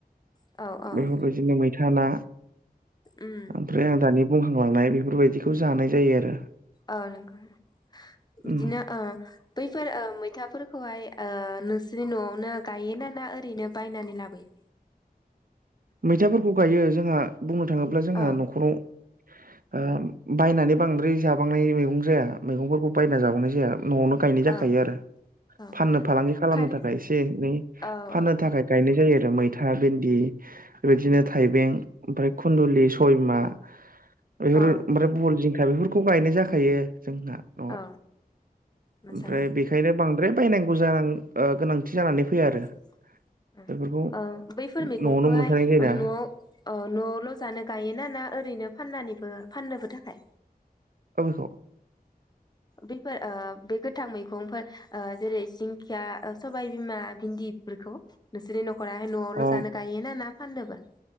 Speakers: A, on the left; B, on the right.
A: औ औ
B: बेफोरबायदिनो मैथा ना।
A: ओम
B: ओमफ्राय आं दानि बुंखांलांनाय बेफोरबायदिखौ जानाय जायो। आरो
A: ओ नंगौ बिदिनो
B: उम
A: ओ बैफोर ओ मैथाफोरखौहाय ओ नोंसोरनि न'आवनो गायोना ना ओरैनो बायनानै लाबोयो?
B: मैथाफोरखौ गायो जोंहा बुंनो थांङोब्ला जोंहा
A: औ
B: न'खराव।
A: <inaudible>
B: ओम बायनानै बांद्राय जाबांनाय मैगं जाया मैगंफोरखौ बायना जाबांनाय जाया न'आवनो, गायनाय
A: औ
B: जाखायो आरो
A: औ
B: फाननो फालांगि खालामनो
A: खार
B: थाखाय एसे एनै
A: औ
B: फाननो
A: औ
B: थाखाय गायनाय
A: नंगौ
B: जायो आरो मैथा भिन्दि। बेबायदिनो
A: उम
B: थाइबें ओमफ्राय खुन्दुलि सबायबिमा बेफोर
A: औ
B: ओमफ्राय। बल जिंखा बेफोरखौ गायनाय जाखायो जोंना नआव
A: औ मोजाङानो
B: ओमफ्राय बि ओंखायनो बांद्राय बायनांगौ जानां गोनांथि जानानै फैया
A: ओं
B: आरो
A: ओं
B: बेफोरखौ।
A: ओ बैफोर मैगंखौहाय
B: न'आवनो मोनखानाय जायोना
A: नआव ओ नआवल जानो गायोना ना ओरैनो फाननानैबो फाननोबो थाखाय?
B: औल
A: बैफोर ओ बे गोथां मैगंफोर जेरै दिंखिया सबायबिमा भिन्दि बेफोरखौ नोंसोरनि नखराहाय न‌आवल
B: अ
A: जानो गायोना ना फान्नोबो?